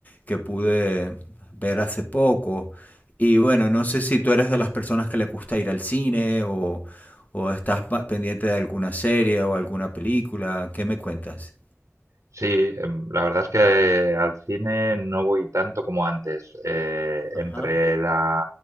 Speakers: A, on the left; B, on the right.
A: que pude ver hace poco. Y bueno, no sé si tú eres de las personas que le gusta ir al cine o, o estás pa- pendiente de alguna serie o alguna película. ¿Qué me cuentas?
B: Sí, em, la verdad es que al cine no voy tanto como antes. Eh,
A: Ajá.
B: entre la...